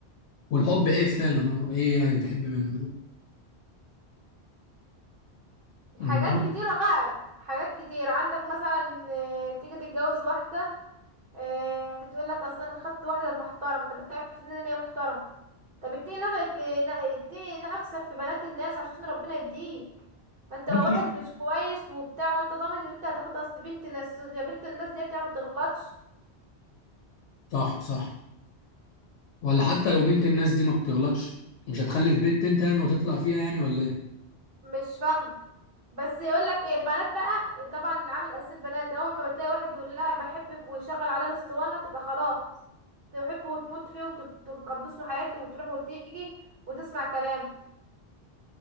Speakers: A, on the left; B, on the right.
A: والحب ايه فعلا اه ايه يعني تحب من من-
B: حاجات كتيره بقى حاجات كتير عندك مثلا آه، تيجي تتجوز واحده آه تقول لك اصل انا خدت واحده محترمه طب انت عرفت منين ان هي محترمه طب اتقي نف- في ن- اتقي نفسك في بنات الناس عشان ربنا يديك ما انت
A: بطني؟
B: لو واحد مش كويس وبتاع وانت ضامن ان انت هتاخد اصل بنت ناس يا بنت الناس ديت يا ما بتغلطش
A: صح صح ولا حتى لو بنت الناس دي ما بتغلطش مش هتخلف بنت انت يعني وتطلع فيها يعني ولا ايه
B: مش فاهم بس يقول لك ايه البنات بقى طبعا العامل الاساسي البنات اول ما بتلاقي واحد يقول لها بحبك ويشغل على الاسطوانه تبقى خلاص تحبه وتموت فيه وتقدس له حياته وتروح وتيجي وتسمع كلامه